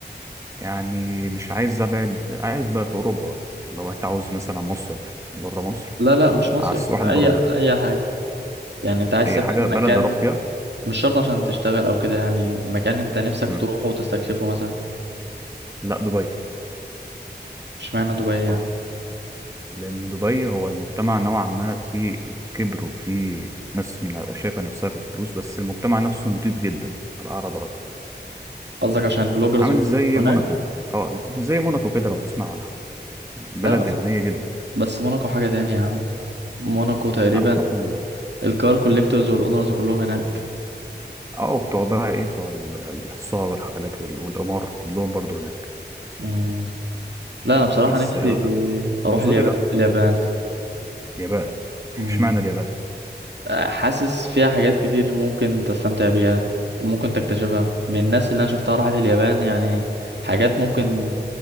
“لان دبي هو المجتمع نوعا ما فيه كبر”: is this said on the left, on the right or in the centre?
Right